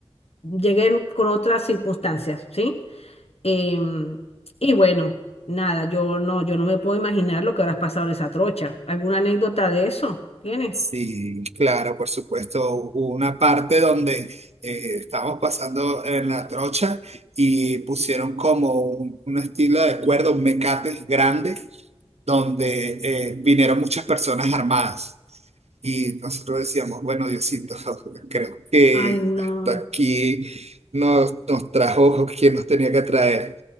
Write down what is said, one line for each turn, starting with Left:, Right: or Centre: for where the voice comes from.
Left: llegué con otras circunstancias, ¿sí? Em, y bueno, nada, yo no, yo no me puedo imaginar lo que habrás pasado en esa trocha. ¿Alguna anécdota de eso tienes?
Right: Sí, claro, por supuesto. Hubo una parte donde eh, estábamos pasando en la trocha y pusieron como un, un estilo de cuerda, un mecate grande, donde eh, vinieron muchas personas armadas. Y nosotros decíamos, bueno, Diosito, <laughs> creo que
Left: Ay, no.
Right: hasta aquí nos, nos trajo quien nos tenía que traer.